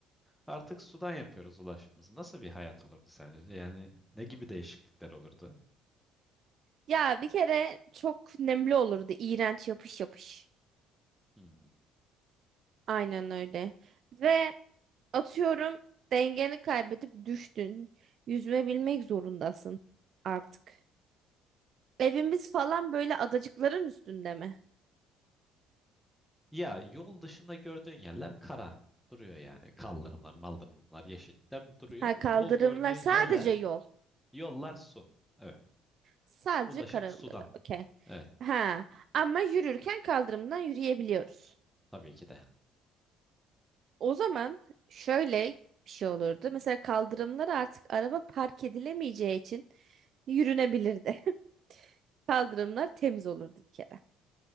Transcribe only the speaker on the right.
Ya bir kere çok nemli olurdu. iğrenç yapış yapış.
Aynen öyle. Ve Atıyorum dengeni kaybedip düştün. Yüzme bilmek zorundasın artık. Evimiz falan böyle adacıkların üstünde mi?
Ha
kaldırımlar
sadece
yol.
Sadece
karaları.
Okey.
Ha ama yürürken kaldırımdan yürüyebiliyoruz.
O zaman şöyle bir şey olurdu. Mesela kaldırımlar artık araba park edilemeyeceği için yürünebilirdi. <laughs> Kaldırımlar temiz olurdu bir kere.